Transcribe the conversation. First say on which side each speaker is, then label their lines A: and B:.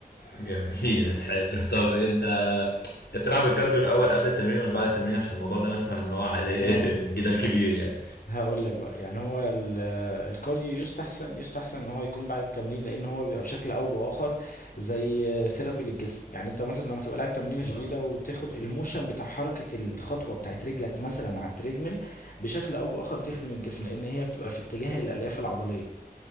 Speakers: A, on the left; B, on the left.
A: جميل <laughs> حلو طب انت انت بتلعب الكارديو الاول قبل التمرين ولا بعد التمرين عشان الموضوع ده انا اسمع ان هو عليه
B: اه
A: <laughs> جدل كبير يعني
B: هقول لك بقى يعني هو ال- الكارديو يستحسن يستحسن ان هو يكون بعد التمرين لان هو بيبقى بشكل او باخر زي ثيرابي للجسم يعني انت مثلا لما تبقى لاعب تمرينه شديده
A: اه
B: وتاخد الموشن بتاع حركه الخطوه بتاعت رجلك مثلا على التريدميل بشكل او باخر بتخدم الجسم لان هي بتبقى في اتجاه الالياف العضليه